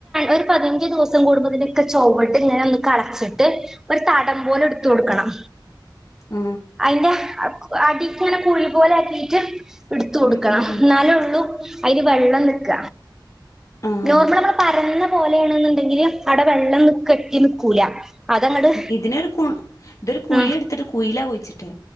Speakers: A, in the centre; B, on the left (about 40°).
A: ഒരു പതിനഞ്ച് ദിവസം കൂടുമ്പോതിനൊക്കെ ചവ്ട് ഇങ്ങനെ ഒന്ന് കളച്ചിട്ട് ഒരു തടം പോലെ എടു കോടുക്കണം
B: ആ
A: അതിന്റെ അടിക്ക് ഇങ്ങനെ കുഴി പോലെ ആക്കിയിട്ട് ഇട്ത്ത് കൊടുക്കണം
B: ഉം ഉം ഉം
A: എന്നാല ഉള്ളൂ അയിൽ വെള്ളം നിൽക്ക
B: ആഹ്
A: നോർമൽ നമ്മള് പരന്ന പോലെയാണെന്നുണ്ടെങ്കിൽ അവിടെ വെള്ളം കെട്ടി നിക്കൂല അതങ്ങട്
B: ഇതിനൊരു കുഴി
A: ഉം
B: എടുത്തിട്ട് കുഴയിലാ കുഴിച്ചിട്ടത്.